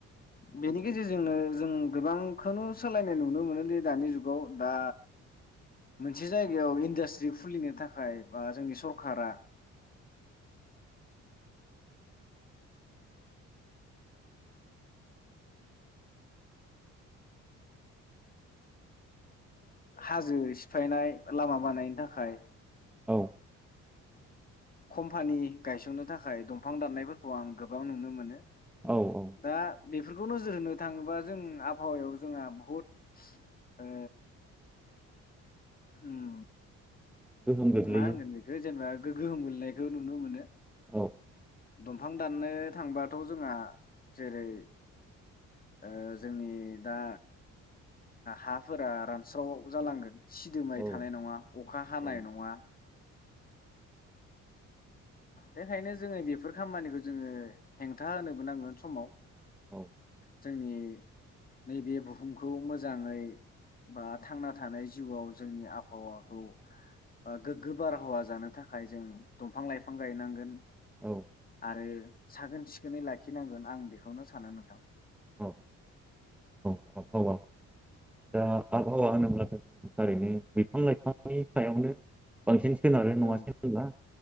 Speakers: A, on the left (about 30°); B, in the centre.
A: बेनि गेजेरजोंनो जों गोबांखौनो सोलायनाय नुनो मोनो। दानि जुगाव दा मोनसे जायगायाव इन्डास्ट्रि खुलिनो थाखाय बा जोंनि सरखारा हाजो सिफायनाय लामा बानायनो थाखाय
B: औ
A: कम्पानि गायसननो थाखाय दंफां दाननायफोरखौ आं गोबां नुनो मोनो।
B: औ-औ
A: दा बेफोरखौ नोजोर होनो थाङोबा जों आबहावायाव जोंहा बहुद ओ उम
B: गोहोम गोग्लैयो
A: मा होनगोन बेखौ जेनबा गो गोहोम गोलैनायखौ नुनो मोनो।
B: औ
A: दंफां दाननो थांबाथ' जोंहा जेरै ओ जोंनि दा हाफोरा रानस्राव जालांगोन सिदोमै
B: औ
A: थानाय नङा अखा हानाय
B: औ
A: नङा। बेखायनो जोङो बेफोर खामानिखौ जोङो हेंथा होनोबो नांगोन समाव
B: औ
A: जोंनि नैबे बुहुमखौ मोजाङै बा थांना थानाय जिउआव जोंनि आबहावाखौ गोग्गो बारहावा जानो थाखाय जों दंफां लाइफां गायनांगोन
B: औ
A: आरो साखोन सिखोनै लाखिनांगोन आं बेखौनो सानो नोंथां।
B: औ औ आबहावा दा आबहावा होनोब्ला थारैनो बिफां लाइफांनि सायावनो बांसिन सोनारो
A: औ
B: नङासै होनब्ला